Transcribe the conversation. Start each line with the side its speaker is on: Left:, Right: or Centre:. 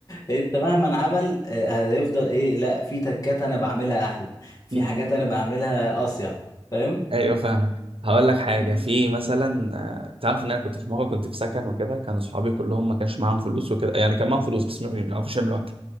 Left: انت مهما عمل آه، هيفضل ايه لا في تكات انا بعملها احلى في
Right: م- م.
Left: حاجات انا بعملها اصيع فاهم
Right: ايوه فاهمك هقول لك حاجه
Left: مم.
Right: في مثلا آه، تعرف ان انا كنت في مره كنت في سكن وكده كانوا صحابي كلهم ما كانش معاهم فلوس وكده يعني كان معاهم فلوس بس ما بيعرفوش يعملوا اكل